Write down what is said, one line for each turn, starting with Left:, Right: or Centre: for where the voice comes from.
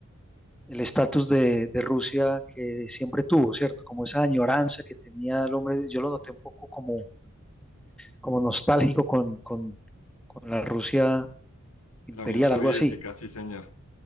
Centre: el estatus de, de Rusia que siempre tuvo, ¿cierto? Como esa añoranza que tenía el hombre, yo lo noté un poco como, como nostálgico con, con, con la Rusia imperial,
Left: La Unión Soviética,
Centre: algo así,
Left: sí, señor,